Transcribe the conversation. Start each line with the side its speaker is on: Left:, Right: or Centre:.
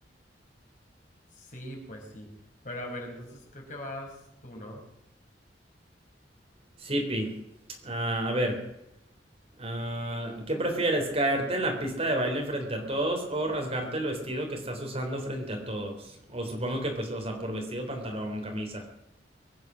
Left: Sí, pues sí. Pero a ver, entonces creo que vas tú, ¿no?
Right: Sipi. Ah, a ver. ah, ¿qué prefieres? ¿Caerte en la pista de baile frente a todos o rasgarte el vestido que estás usando frente a todos? O supongo que pues, o sea, por vestido, pantalón, camisa.